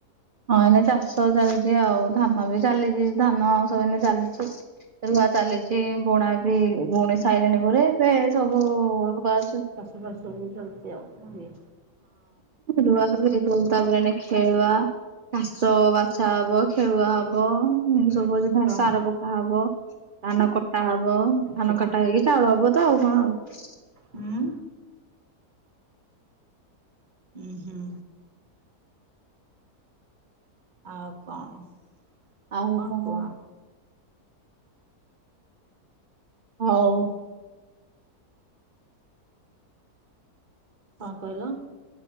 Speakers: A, on the right (about 70°); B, on the right (about 40°).
A: ହଁ ଏଇନା ଚାଷ ଚାଲିଚି ଆଉ ଧାନବି ଚାଲିଚି ଧାନସବୁ ଏଇନା ଚାଲିଚି। ରୁଆ ଚାଲିଚି ବୁଣାବି ବୁଣି ସାଇଲେଣିି ପରେ ଏବେସବୁ ରୁଆ
B: ଚାଷବାସ ସବୁ ଚାଲିଚି ଆଉ ନୁହଁକି।
A: ରେଆ ପରେ ଦୋଉ ତାପରେ ଏଇନା ଖେଳୁଆ। ଘାସ ବାଛାହବ ଖେଳୁଆହବ
B: କି
A: ସବୁ <unintelligible>
B: କଣ
A: ସାର ପକାହବ। ଧାନ କଟାହବ
B: ଅଛି
A: ଧାନକଟା ହେଇକି ଚାଉଳ ହବତ ଆଉକଣ ହବ।
B: ଉଁ। ଉଁ ହୁଁ। ଆଉ କଣ।
A: ଆଉକଣ
B: ଆଉ କଣ କୁହ
A: ହଉ
B: କଣ କହିଲ।